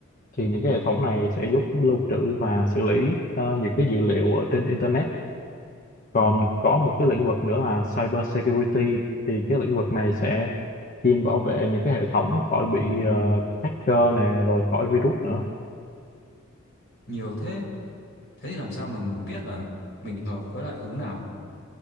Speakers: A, on the left; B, on the left.
A: thì những cái hệ thống này sẽ giúp lưu trữ và xử lý ờ, những cái dữ liệu ở trên internet còn có một cái lĩnh vực nữa là cyber security thì cái lĩnh vực này sẽ chuyên bảo vệ những cái hệ thống khỏi bị ờ, hacker nè rồi khỏi virus nữa
B: nhiều thế thế thì làm sao mà mình biết là mình hợp với lại hướng nào